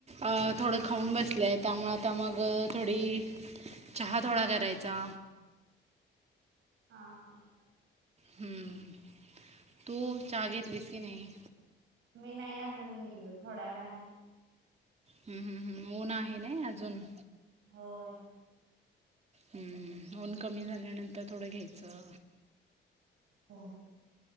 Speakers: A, on the right; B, on the right.
A: अ थोडं खाऊन बसलेय त्यामुळ आता मग थोडी चहा थोडा करायचा.
B: हां हां.
A: हमम तू चहा घेतलीस की नाही?
B: मी नाही अजून घेतलं थोड्या वेळान.
A: हम् हम हम् ऊन आहे नय अजून.
B: होय.
A: हम्म ऊन कमी झाल्यानंतर थोडं घ्यायचं.
B: हो.